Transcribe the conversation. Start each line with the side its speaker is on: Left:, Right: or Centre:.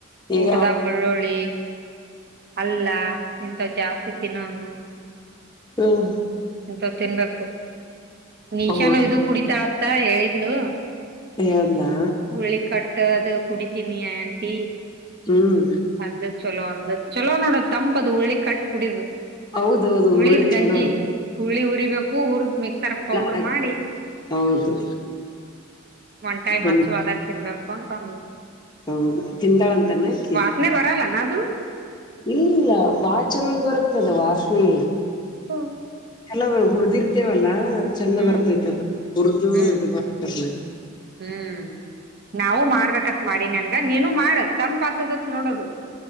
Left: ಈಗ
Right: ಊಟದಾಗ ಬಳ್ಳೂಳಿ ಅಲ್ಲ ಇಂತ ಜಾಸ್ತಿ ತಿನ್ನೋನು
Left: ಹ್ಮ
Right: ಹಿಂತದು ತಿನ್ಬೇಕು ನೀಶಾನು
Left: ಹೌದು
Right: ಇದು ಕುಡಿತಾಳ ಅಂತ ಹೇಳಿದ್ಲು
Left: ಹೇಳ್ದ್ಲಾ
Right: ಉಳಿ ಕಟ್ಟ ಅದು ಕುಡಿತೀನಿಯ ಆಂಟಿ
Left: ಹ್ಮ್
Right: ಅಂದ್ಲು ಚಲೋ ಅಂದ ಚಲೋನೋಡ ತಂಪು ಅದು ಉಳ್ಳಿ ಕಟ್ಟ ಕುಡಿದು
Left: ಹೌದೌದು
Right: ಹುಳ್ಳಿದ್
Left: ಹುರುಳ್ಳಿ
Right: ಗಂಜಿ
Left: ಚಲೋದು
Right: ಹುಳ್ಳಿ ಹುರಿಬೇಕು ಹುರ್ದು ಮಿಕ್ಸರ್ ಪೌಡ್ರ
Left: ಹಾಕಿ
Right: ಮಾಡಿ
Left: ಹೌದು
Right: ಒಂಟೈಮ್
Left: ಬೆಲ್ಲ
Right: ಹಚ್ಚುವಾದಾಗ
Left: ಹಾಕಿ
Right: ತಿನ್ಬೇಕು ಅಂತಂದ
Left: ಹೌದು ತಿಂತಾಳಂತಾನೆಕಿ
Right: ವಾಸನೆ ಬರಲ್ಲನ ಅದು
Left: ಇಲ್ಲ ಬಾಳ ಚೆಂದ ಬರುತ್ತದ ವಾಸನಿ
Right: ಹ್ಮ
Left: ಅಲವ ಹುರಿದಿರ್ತೇವಲ್ಲಾ ಹ ಚಂದ
Right: ಹ್ಮ್
Left: ಬರ್ತೈತದ ಹುರ್ದು
Right: ಹ್ಮ್
Left: ಇದು ಬತಾರ
Right: ಹ್ಮ್ ನಾವು ಮಾಡ್ಬೇಕತ್ ಮಾಡಿನಿ ಹಂಗ ನೀನು ಮಾಡ ತಂಪಾತದತ್ ನೋಡ ಅದು